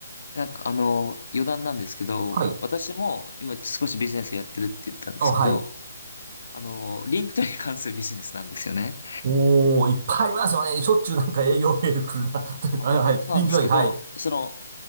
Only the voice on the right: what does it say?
はい。
あ、はい。
おー、いっぱいありますよね。しょっちゅうなんか営業メール来るな <laughs>
はい、はい。
リンクドイン、はい。